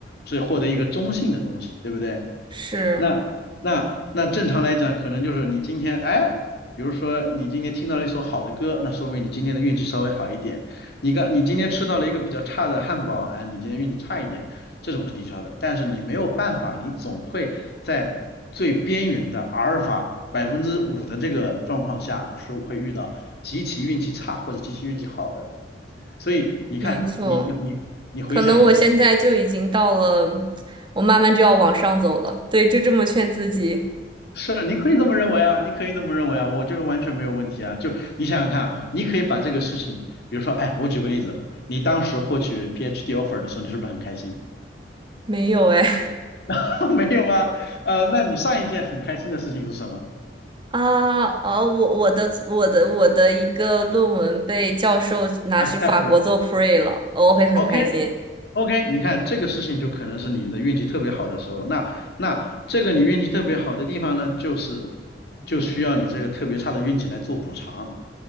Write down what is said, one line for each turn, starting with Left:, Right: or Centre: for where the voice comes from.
Left: 是获得一个中性的东西，对不对？
Right: 是
Left: 那那那正常来讲，可能就是你今天哎，比如说你今天听到了一首好的歌，那说明你今天的运气稍微好一点。你刚你今天吃到了一个比较差的汉堡，哎，你今天运气差一点，这种是抵消的。但是你没有办法，你总会在最边缘的阿尔法百分之五的这个状况下，是会遇到极其运气差或者极其运气好的。所以你看，
Right: 没错，
Left: 你你你你回想一下。
Right: 可能我现在就已经到了，我慢慢就要往上走了。对，就这么劝自己，
Left: 是，你可以这么认为啊，你可以这么认为啊，我就是完全没有问题啊。就你想想看啊，你可以把这个事情，比如说，哎，我举个例子，你当时获取 PhD offer 的时候，你是不是很开心？
Right: 没有哎。
Left: <laughs> 没有吗？呃，那你上一件很开心的事情是什么
Right: 啊，哦，我我的我的我的一个论文被教授拿去法国做
Left: ？accept 了
Right: pre 了，我会很开心。
Left: ，OK OK，你看这个事情就可能是你的运气特别好的时候。那那这个你运气特别好的地方呢，就是就需要你这个特别差的运气来做补偿。